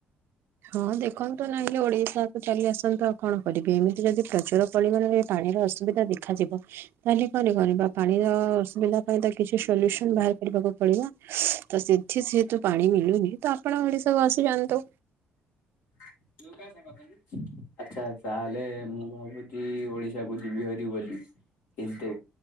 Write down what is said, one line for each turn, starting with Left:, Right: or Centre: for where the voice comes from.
Right: ହଁ ଦେଖନ୍ତୁ ନହଲେ ଓଡିଶାକୁ ଚାଲିଆସନ୍ତୁ ଆଉ କଣ କରିବେ ଏମିତି ଯଦି ପ୍ରଚୁର ପରିମାଣରେ ପାଣିର ଅସୁବିଧା ଦେଖାଯିବ ତାହେଲେ <unintelligible> ପାଣିର ଅସୁବିଧା ପାଇଁ ତ କିଛି ସଲ୍ୟୁସନ୍ ବାହାର କରିବାକୁ ପଡିବ ତ ସେଠି ଯେହେତୁ ପାଣି ମିଳୁନି ତ ଆପଣ ଓଡିଶାକୁ ଆସିଯାଆନ୍ତୁ।
Left: <unintelligible> ଆଚ୍ଛା ତାହେଲେ ମୁଁ ଭାବୁଚି ଓଡିଶାକୁ ଯିବି ହାରି ବୋଲି। କିନ୍ତୁ